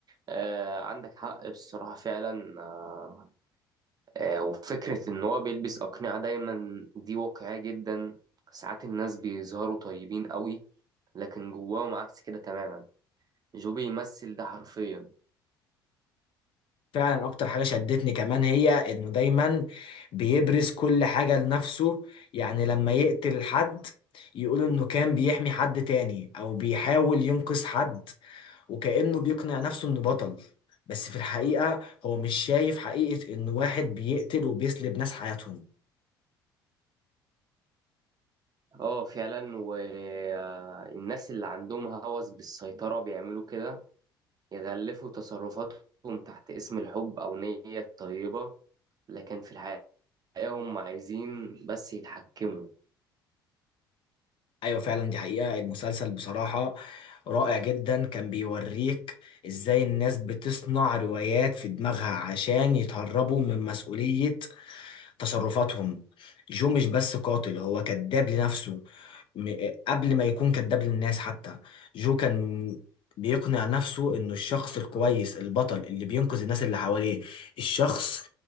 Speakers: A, on the right; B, on the left.
A: آه عندك حق بصراحة فعلا آه آه وفكرة إن هو بيلبس أقنعة دايما دي واقعية جدا ساعات الناس بيظهروا طيبين قوي لكن جواهم عكس كده تماما جو بيمثل ده حرفيا
B: فعلا اكتر حاجه شدتني كمان هي انه دايما بيبرز كل حاجه لنفسه يعني لما يقتل حد يقول انه كان بيحمي حد تاني او بيحاول ينقذ حد وكأنه بيقنع نفسه انه بطل بس في الحقيقه هو مش شايف حقيقه انه واحد بيقتل وبيسلب ناس حياتهم
A: اه فعلا والناس اللي عندهم هوس بالسيطرة بيعملوا كده يغلفوا تصرفاتهم تحت اسم الحب أو نية طيبة لكن في الحقيقة هم عايزين بس يتحكموا
B: ايوه فعلا دي حقيقه المسلسل بصراحه رائع جدا كان بيوريك ازاي الناس بتصنع روايات في دماغها عشان يتهربوا من مسؤوليه تصرفاتهم جو مش بس قاتل هو كذاب لنفسه م- قبل ما يكون كذاب للناس حتى جو كان بيقنع نفسه انه الشخص الكويس البطل اللي بينقذ الناس اللي حواليه الشخص